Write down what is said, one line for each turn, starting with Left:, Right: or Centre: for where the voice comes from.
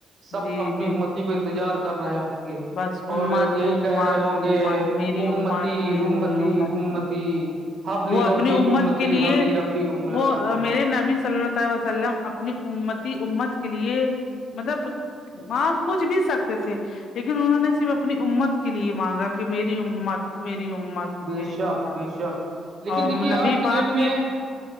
Right: سب
Left: جی
Right: اپنی
Left: جی
Right: اتی کو انتظار کر رہے ہوں گے
Left: بس
Right: اور
Left: امت
Right: یہی
Left: امت
Right: کہہ رہے ہوں گے
Left: امت میری
Right: امتی
Left: امت میں
Right: امتی
Left: امت
Right: امتی حبلی
Left: وہ
Right: ربی
Left: اپنی امت
Right: امتی
Left: کے لیے
Right: حبلی ربی امتی
Left: وہ میرے نبی صلہ اللہ وسلم اپنی اتی امت کے لیے مطلب وہاں کچھ بھی سکتے تھے لیکن انہوں نے صرف اپنی امت کے لیے مانگا کہ میری امت میری امت
Right: بے
Left: میری
Right: شک
Left: امت
Right: بے شک لیکن
Left: اور
Right: دیکھیے
Left: نبی
Right: آج کی
Left: پاک
Right: ڈیٹ میں